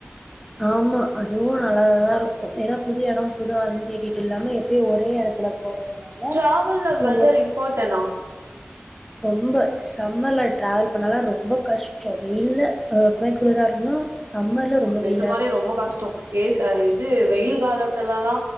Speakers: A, in the centre; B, on the right.
A: ஆமா அதுவு நல்ல தா இருக்கு ஏன்னா புது எடோ புது ஆலுன்னு தேடிட்டு இல்லாம எப்பயு ஒரே எடத்துல போறதுனால
B: ட்ராவல்ல வெதரு
A: நம்மளுக்கு
B: இம்பாட்டன்னா
A: ரொம்ப சம்மர்ல ட்ராவல் பண்ணறதலா ரொம்ப கஷ்டோ வெயில்ல அ <unintelligible> குளிரா இருக்கணு சம்மர்ல ரொம்ப
B: நிஜமாலே
A: வெயிலா இருக்கு
B: ரொம்ப கஷ்டோ ஏ ஸ் அ இது வெயில் காலத்துலல்லா